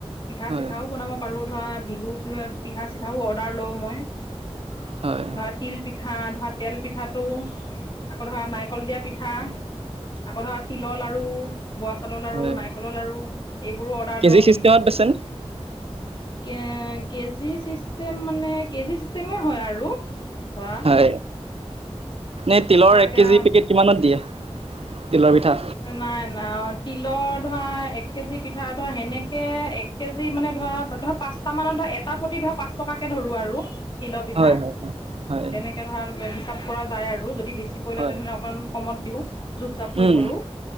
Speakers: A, on the left; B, on the right.
A: পিঠা
B: হয়
A: চিঠাও বনাব পাৰো ধৰ, বিহু চ পিঠা চিঠাও অৰ্ডাৰ লওঁ মই। ধৰা
B: হয়
A: তিল পিঠা, ধৰা তেল পিঠাটো। আকৌ ধৰা নাৰিকল দিয়া পিঠা আকৌ ধৰা তিলৰ লাৰু, বৰা চাউৰ লাৰু,
B: হয়
A: নাৰিকলৰ লাৰু, এইবোৰো অৰ্ডাৰ
B: কেজি
A: লওঁ, বিহু।
B: <unintelligible>
A: কে কেজি চিষ্টেম মানে কেজি চিষ্টেমে হয় আৰু। ধৰা
B: হয় এ তিলৰ
A: হয় এতিয়া
B: এক কেজি পেকেট কিমানত দিয়ে? তিলৰ পিঠা?
A: নাই নাই তিলৰ ধৰা এক কেজি পিঠা ধৰা সেনেকে এক কেজি মানে ধৰা ধৰা পাঁচটা মানত ধৰা এটা প্ৰতি ধৰা পাঁচ টকাকে ধৰো আৰু তিলৰ পিঠা।
B: হয় হয় হয়
A: তেনেকে ধৰা হিচাপ কৰা যায় আৰু যদি বেছি কৰি
B: হয়
A: লয় তেনেহলে অকমান কমত দিওঁ জুপ জাপ, কৰি
B: উম
A: ধৰোঁ